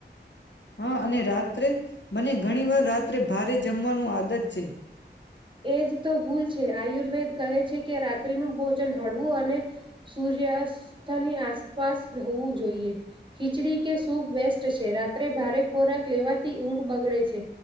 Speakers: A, on the left (about 75°); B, on the right (about 25°).
A: હા અને રાત્રે? મને ઘણી વાર રા ત્રે ભારે જમવાનું આદત છે.
B: એજ તો ભૂલ છે, આયુર્વેદ કહે છે કે રાત્રિનું ભોજન હળવું અને સૂર્યાસ્તની આસપાસ હોવું જોઈએ ખીચડી કે સૂપ બેસ્ટ છે રાત્રે ભારે ખોરાક લેવાથી ઊંઘ બગડે છે